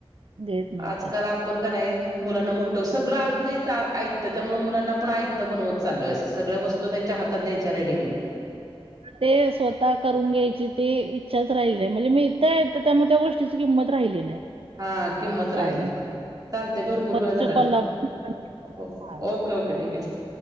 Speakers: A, on the right (about 75°); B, on the right (about 40°).
A: घेत नव्हते
B: आजकाल आ पण कनही मुलांना मोठ सगळं आणून द्यायचं आयतं त्यामुळे मुलांना आपण आयतं बनवत चालोय सगळ्या वस तू त्यांच्या हातात द्यायच्या रेडीमेंट
A: ते स्वतः करून घ्यायची ते इच्छाच राहिल नाही म्हणजे मिळतंय तर त्यामुळे त्या गोष्टीची किंमत राहिली नाही.
B: हा किंमत
A: चालेल
B: राहिली नाही चालते भरपूर
A: परत
B: वेळ झाला
A: कॉलला
B: ठेवा
A: आपण हां
B: हो
A: ठेव.
B: ओके ओके ठीक आहे ठी